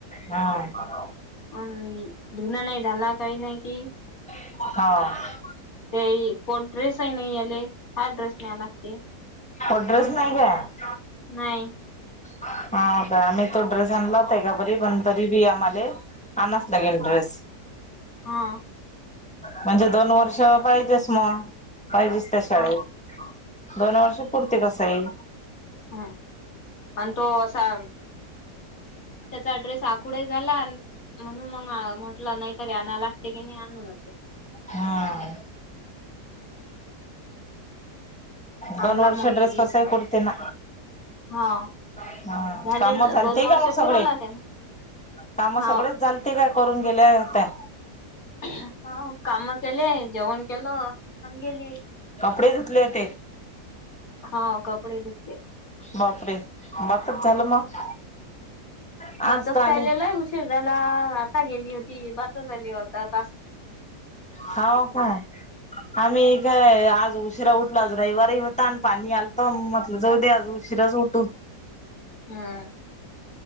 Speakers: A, in the centre; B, on the left.
A: हा
B: अन्... धुन नाही झाला.. काही नाही की
A: हा
B: ते.. कोण ड्रेस ही नाही आले, हा ड्रेस न्याय लागते.
A: वो ड्रेस नाही गया.
B: नाही
A: हा... काय आम्ही तो ड्रेस आणला होता एक बरी पण तरी बी आम्हाले आणास लागेल ड्रेस
B: हा
A: म्हणजे दोन वर्ष पाहिजेस मग, पाहिजे. त्या शाळेत,
B: हा
A: दोन वर्ष पुरती कसंय
B: हम्म.. अन् तो असा त्याचा ड्रेस आकूड ही झाला. म्हणून मग अ.. म्हटलं नाहीतरी आणायला लागते की नाही आणूणा ते.
A: हा दोन
B: आणला
A: वर्ष
B: म‌ग
A: ड्रेस
B: जे जे
A: कसंही
B: तिथं,
A: पुरते ना
B: हा
A: हा....
B: झाले
A: काम झालते
B: दोन वर्ष
A: का मग सगळे?
B: पुरवला त्यान
A: काम
B: हा
A: सगळेच झाल ते काय करून गेल्याय होतंय.
B: हा.. व.. काम ते लई है, जेवण केलो आणि गेली.
A: कपडे धुतले होते.
B: हा.. व.. कपडे धुतले.
A: बापरे.. बातच झालं मग आज
B: बातस
A: तर आम्ही
B: खायलेला उशीर झाला आ.. आता गेली होती बातस आली अर्धात.
A: हा.. व काय? आम्ही काय आज उशिरा उठलो आज रविवारी होतान. पाणी आलत मग म्हटलं जाऊ दे आज उशीराच उठू.
B: हम्म.